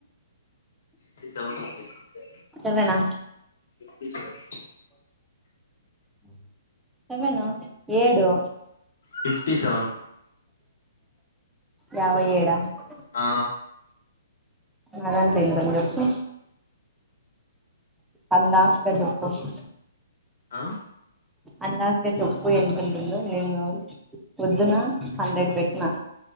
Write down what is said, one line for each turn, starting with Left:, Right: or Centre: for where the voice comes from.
Left: ఫిఫ్టీ సెవెన్ ఉంది అంతే
Centre: సెవెనా
Left: ఫిఫ్టీ సెవెన్
Centre: సెవెనా ఏడు.
Left: Fifty seven.
Centre: యాభై ఏడు ఆ
Left: ఆ
Centre: ఆదాంట్లో ఎంతుంది చెప్పు. అందస్గా చెప్పొచ్చు.
Left: ఆ
Centre: అందస్గా చెప్పు ఎంతుంటుందో నేను పొద్దున హండ్రెడ్ పెట్టినా.